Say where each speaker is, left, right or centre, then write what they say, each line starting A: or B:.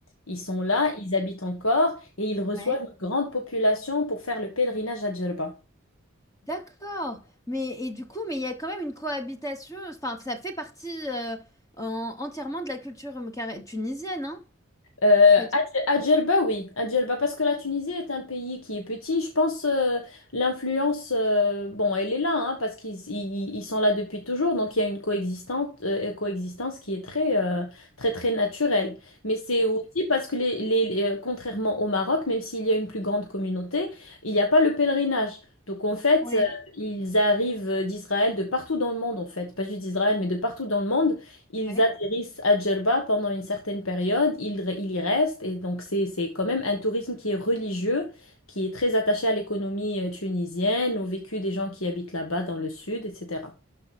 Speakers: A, on the left; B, on the left.
A: Ils sont là, ils habitent encore, et ils reçoivent
B: Ouais.
A: une grande population pour faire le pèlerinage à Djerba.
B: D'accord. Mais et du coup, mais il y a quand même une cohabitation, enfin, ça fait partie euh, en- entièrement de la culture euh, carré- tunisienne, hein,
A: Euh,
B: en fait.
A: à Dje- à Djerba, oui, à Djerba, parce que la Tunisie est un pays qui est petit. Je pense euh, l'influence, euh, bon, elle est là, hein, parce qu'ils ils, ils sont là depuis toujours, donc il y a une coexistence, euh, coexistence qui est très, euh, très, très naturelle. Mais c'est aussi parce que les, les, les- euh, contrairement au Maroc, même s'il y a une plus grande communauté, il n'y a pas le pèlerinage. Donc en fait,
B: Oui.
A: euh, ils arrivent euh, d'Israël, de partout dans le monde, en fait, pas juste d'Israël, mais de partout dans le monde. Ils
B: Oui.
A: atterrissent à Djerba pendant une certaine période, ils, re- ils y restent, et donc c'est, c'est quand même un tourisme qui est religieux, qui est très attaché à l'économie euh, tunisienne, au vécu des gens qui habitent là-bas dans le sud, etc.